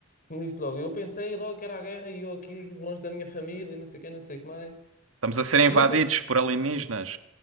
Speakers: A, on the left; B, on the right.
A: que me disse logo, eu pensei logo que era a guerra e eu aqui longe da minha família, e não sei o que, não sei o que mais.
B: Estamos a ser invadidos
A: Mas
B: por alienígenas.